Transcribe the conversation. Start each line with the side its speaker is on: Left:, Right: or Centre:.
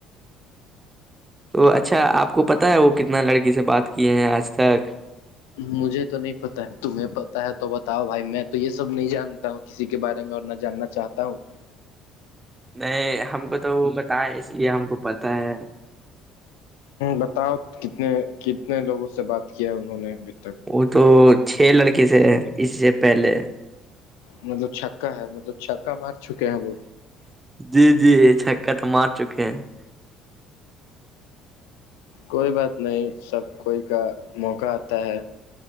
Right: تو اچھا آپ کو پتا ہے وہ کتنا لڑکی سے بات کیے ہیں آج تک
Left: مجھے تو نہیں پتا ہے تمہیں پتتا ہے تو بتاؤ بھائی میں تو یہ سب نہیں جانتا ہوں کسی کے بارے میں اور نہ جاننا چاہتا ہوں
Right: نہیں ہم کو تو وہ بتا ہے اس لیے ہم کو پتا ہے
Left: بتاؤ کتنے لوگوں سے بات کیا ہے انہوں نے ابھی تک
Right: وہ تو چھ لڑکے تھ اس سے پہلے
Left: مطلب چھکا ہے مطلب چھکا مار چکے ہیں وہ
Right: جی جی چھکا تو مار چکے ہیں <inaudible>
Left: کوئی بات نہیں سب کوئی کا موقع آتا ہے